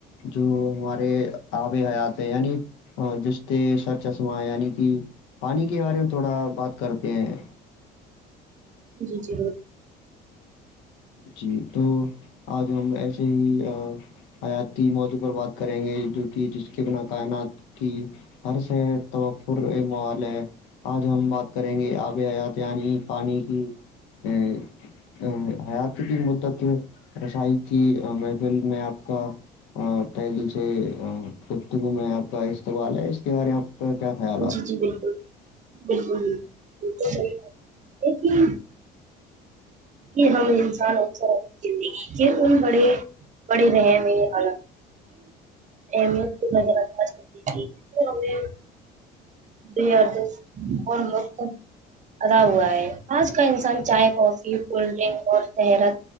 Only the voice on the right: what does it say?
جی جی
جی جی بالکل بالکل جی بکل صحیح لیکن کہ ہم انسان اثر زندگی کے ان بڑے بڑے رہم حال اہمیت پاس ہوتی تھی تو ہمیں د کون مت ادا ہوا ہے آج کا انسان چائے کافی کولڈ ڈرنک اور تیرت